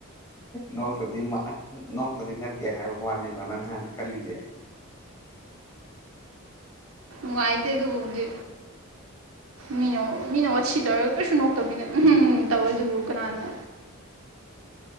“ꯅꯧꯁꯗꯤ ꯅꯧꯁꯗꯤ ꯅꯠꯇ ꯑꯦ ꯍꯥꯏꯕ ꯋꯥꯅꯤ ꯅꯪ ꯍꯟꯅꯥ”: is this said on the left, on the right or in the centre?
Left